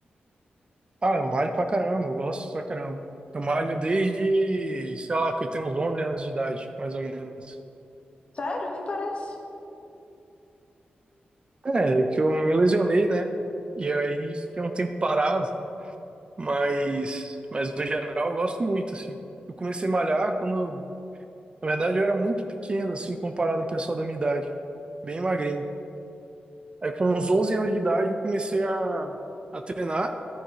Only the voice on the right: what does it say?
Ah, eu malho pra caramba, eu gosto pra caramba. Eu malho desde, sei lá, que eu tenho uns 11 anos de idade, mais ou menos.
É, que eu me lesionei, né? E aí fiquei um tempo parado, mas, mas no geral eu gosto muito, assim. Eu comecei a malhar quando Na verdade, eu era muito pequeno, assim, comparado ao pessoal da minha idade. Bem magrinho. Aí, com uns 11 anos de idade, eu comecei a, a treinar.